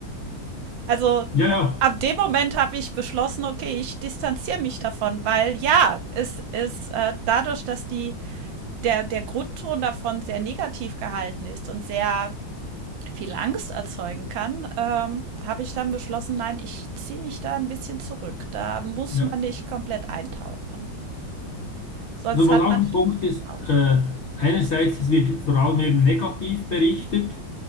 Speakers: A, on the right (about 75°); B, on the left (about 75°).
A: also
B: Ja, ja,
A: ab dem Moment habe ich beschlossen, okay, ich distanziere mich davon, weil ja, es ist äh, dadurch, dass die, der, der Grundton davon sehr negativ gehalten ist und sehr viel Angst erzeugen kann, ähm, habe ich dann beschlossen, nein, ich ziehe mich da ein bisschen zurück. Da muss
B: ja.
A: man nicht komplett eintauchen. Sonst
B: Also
A: hat
B: was auch
A: man
B: ein
A: schlechte
B: Punkt ist,
A: Laune.
B: äh, einerseits, es wird vor allem eben negativ berichtet